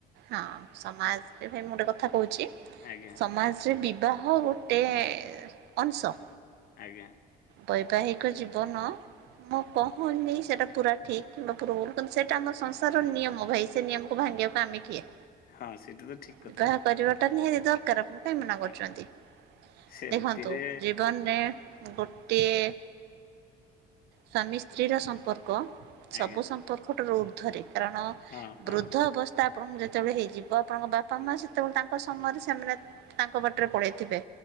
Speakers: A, on the right; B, on the left.
A: ହଁ ସମାଜ। ସେ ଭାଇ ମୁଁ ଗୋଟେ କଥା କହୁଛି।
B: ଆଜ୍ଞା।
A: ସମାଜରେ ବିବାହ ଗୋଟେ ଅଂଶ।
B: ଆଜ୍ଞା।
A: ବୈବାହିକ ଜୀବନ ମୁଁ କହୁନି ସେଟା ପୁରା ଠିକ କିବା ଭୁଲ କିନ୍ତୁ ସେଇଟା ଆମ ସଂସାରର ନିୟମ ଭାଇ ସେ ନିୟମକୁ ଭାଙ୍ଗିବାକୁ ଆମେ କିଏ।
B: ହଁ ସେଇଟା ତ ଠିକ କଥା।
A: ବିବାହ କରିବାଟା ନିହାତି ଦରକାର। କାହିଁ ମନା
B: ହଁ,
A: କରୁଛନ୍ତି
B: ସେମିତିରେ
A: ଦେଖନ୍ତୁ ଜୀବନରେ ଗୋଟିଏ ସ୍ୱାମୀ ସ୍ତ୍ରୀର ସମ୍ପର୍କ ସବୁ
B: ଆଜ୍ଞା
A: ସମ୍ପର୍କଠାରୁ ଉର୍ଦ୍ଧ୍ୱରେ। କାରଣ
B: ହଁ ହଁ
A: ବୃଦ୍ଧ ଅବସ୍ଥା ଆପଣଙ୍କୁ ଯେତେବେଳେ ହେଇଯିବ ଆପଣଙ୍କ ବାପା ମା ସେତେବେଳେ ତାଙ୍କ ସମୟରେ ସେମାନେ ତାଙ୍କ ବାଟରେ ପଳେଇଥିବେ